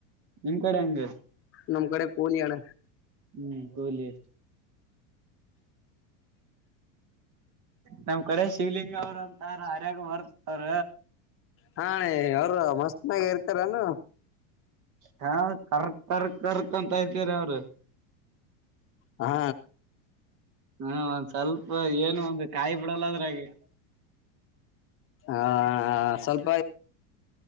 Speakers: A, on the right; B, on the left.
A: ನಿಮ್ ಕಡೆ ಹೆಂಗೆ
B: ನಮ್ ಕಡೆ ಪುಲಿಯಾನ
A: ಹ್ಮ್ ಕೂಲಿ ನಮ್ ಕಡೆ ಶಿವ್ಲಿಂಗ ಅವ್ರಂತಾರ ಆರ್ಯಾಗ ಬರ್ತ ಅವ್ರ
B: ಹಾ ಅಣ್ಣ ಅವರು ಮಸ್ತ್ ನಾಗ ಇರ್ತಾರಾನು
A: ಹಾ ಕರ್ಕ್ ಕರ್ಕ್ ಕರ್ಕ್ ಅಂತ ಇತೀರಿ ಅವರು
B: ಹಾ
A: ಹಾ ಒಂದ್ ಸ್ವಲ್ಪ ಏನು ಒಂದು ಕಾಯಿ ಬಿಡಲ್ಲದ್ರ ಹಾಗೆ
B: ಹ ಸ್ವಲ್ಪ